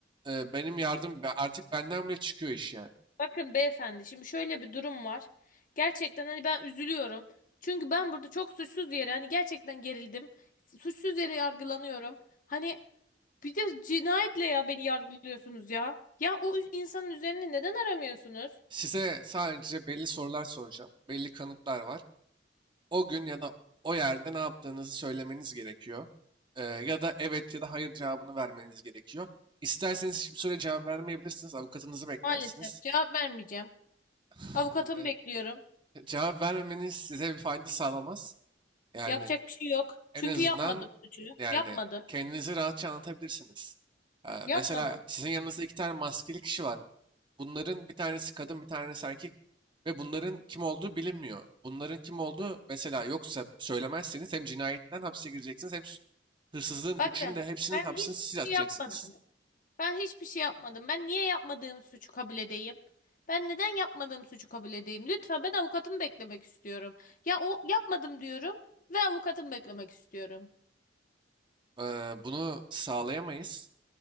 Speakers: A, on the right (about 25°); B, on the left (about 45°).
A: e, benim yardım be- artık benden bile çıkıyor iş yani.
B: Bakın beyefendi. Şimdi şöyle bir durum var. Gerçekten hani ben üzülüyorum. Çünkü ben burada çok suçsuz yere hani gerçekten gerildim. Suçsuz yere yargılanıyorum. Hani bir de cinayetle ya beni yargılıyorsunuz ya. Ya o insanın üzerine neden aramıyorsunuz?
A: Size sadece belli sorular soracağım. Belli kanıtlar var. O gün ya da o yerde ne yaptığınızı söylemeniz gerekiyor. Ee, ya da evet ya da hayır cevabını vermeniz gerekiyor. İsterseniz hiçbir süre cevap vermeyebilirsiniz. Avukatınızı beklersiniz.
B: Maalesef cevap vermeyeceğim.
A: <laughs>
B: Avukatımı bekliyorum.
A: Cevap vermemeniz size bir fayda sağlamaz. Yani
B: Yapacak bir şey yok.
A: en
B: Çünkü
A: azından
B: yapmadım suçu.
A: yani
B: Yapmadım.
A: kendinizi rahatça anlatabilirsiniz. Ee,
B: Yapmadım.
A: mesela sizin yanınızda iki tane maskeli kişi var. Bunların bir tanesi kadın, bir tanesi erkek ve bunların kim olduğu bilinmiyor. Bunların kim olduğu mesela yoksa söylemezseniz hem cinayetten hapse gireceksiniz hem s- hırsızlığın
B: Bakın
A: üçünü de hepsinin
B: ben
A: hapsini
B: hiçbir
A: siz atacaksınız.
B: şey yapmadım. Ben hiçbir şey yapmadım. Ben niye yapmadığım suçu kabul edeyim? Ben neden yapmadığım suçu kabul edeyim? Lütfen ben avukatımı beklemek istiyorum. Ya o yapmadım diyorum ve avukatımı beklemek istiyorum.
A: Ee, bunu sağlayamayız.